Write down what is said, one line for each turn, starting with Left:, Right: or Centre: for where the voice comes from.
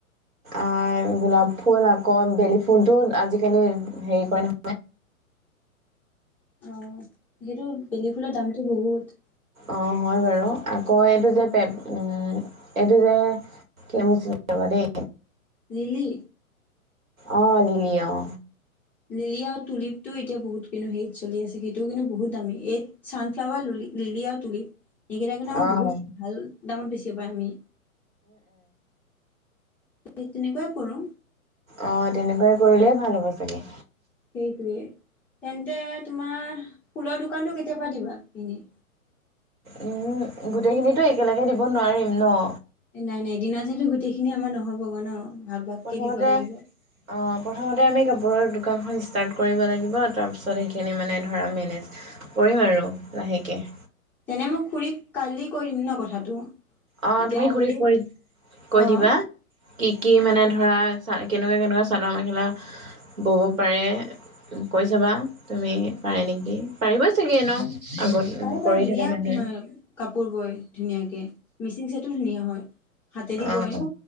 Right: অঁ গোলাপ ফুল আকৌ বেলি ফুলটো আজিকালি হেৰি কৰে নহয়
Centre: অঁ সেইটো বেলি ফুলৰ দামটো বহুত।
Right: অঁ হয় বাৰু আকৌ এইটো যে পেপ উম এইটো যে কি নাম আছিল ৰবা দেই।
Centre: লিলি।
Right: অঁ লিলি অঁ।
Centre: লিলি আৰু টুলিপটো এতিয়া বহুত কিন্তু হেৰিত চলি আছে, সেইটোও কিন্তু বহুত দামী, এইত চানফ্লাৱাৰ লুলি লিলি আৰু টুলিপ। এইকেইটাৰ কিন্তু আমাৰ
Right: অঁ
Centre: বহুত ভাল দামত বেছিব পাৰে আমি। এই তেনেকুৱাই কৰোঁ।
Right: অঁ তেনেকুৱাই কৰিলেই ভাল হ'ব চাগে।
Centre: সেইটোৱে, তেন্তে তোমাৰ ফুলৰ দোকানটো কেতিয়া পাৰা দিবা এনেই?
Right: উম গোটেই খিনিটো একেলগে দিব নোৱাৰিম ন।
Centre: নাই নাই দিনত সেইতো গোটেইখিনি আমাৰ নহ'ব গৈ ন? ভাগ ভাগকে
Right: প্ৰথমতে
Centre: দিব লাগিব।
Right: অঁ প্ৰথমতে আমি কাপোৰৰ দোকানখন ষ্টাৰ্ট কৰিব লাগিব, তাৰপিছত সেইখিনি মানে ধৰা মেনেজ কৰিম আৰু লাহেকে।
Centre: তেনে মই খুুৰীক কালি কৈ দিম ন কথাটো?
Right: অঁ
Centre: তেতিয়া
Right: তুমি
Centre: আগতেই
Right: খুুৰীক কৈ কৈ
Centre: অ
Right: দিবা। কি কি মানে ধৰা চা কেনেকুৱা কেনেকুৱা চাদৰ মেখেলা বব পাৰে কৈ চাবা তুমি পাৰে নেকি, পাৰিব চাগে এনেও? আগত উ
Centre: পাৰে পাৰে
Right: কৰি
Centre: ধুনীয়া
Right: থকা মানুহ।
Centre: তোমাৰ কাপোৰ বয় ধুনীয়াকে, মিচিং ছেটো ধুনীয়া হয়। হাতেদি
Right: অঁ
Centre: বই ন
Right: অঁ